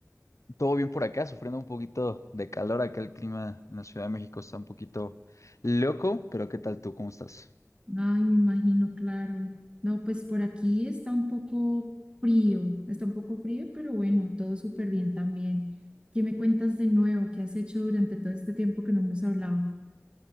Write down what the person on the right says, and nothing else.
Ay, me imagino, claro. No, pues por aquí está un poco frío, está un poco frío, pero bueno, todo súper bien también. ¿Qué me cuentas de nuevo? ¿Qué has hecho durante todo este tiempo que no hemos hablado?